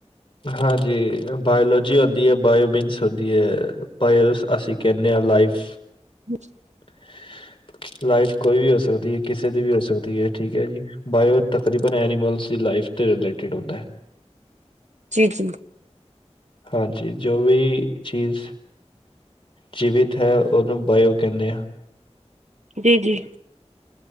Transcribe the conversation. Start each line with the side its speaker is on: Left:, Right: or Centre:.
Left: ਹਾਂਜੀ ਬਾਇਓਲੋ ਜੀ ਹੁੰਦੀ ਐ ਬਏਓ ਬਿਨ ਸੋਡੀਐ, ਪਰ ਅਸੀਂ ਕੈਂਨੇ ਆ ਲਾਈਫ
Right: <inaudible>
Left: <unintelligible> ਲਾਈਫ ਕੋਈ ਵੀ ਹੋ ਸਕਦੀ ਐ ਕਿਸੇ ਦੀ ਵੀ ਹੋ ਸਕਦੀ ਐ ਠੀਕ ਐ ਜੀ, ਬਾਇਓ ਤਕਰੀਬਨ ਐਨੀਮਲ ਦੀ ਲਾਈਫ ਤੇ ਰਲੇਟਿਡ ਹੁੰਦਾ ਐ।
Right: ਜੀ-ਜੀ।
Left: ਹਾਂਜੀ ਜੋ ਵੀ, ਚੀਜ਼ ਜੀਵੀਤ ਹੈ ਓਨੂੰ ਬਾਏਓ ਕੈਂਨੇ ਆ।
Right: ਜੀ, ਜੀ।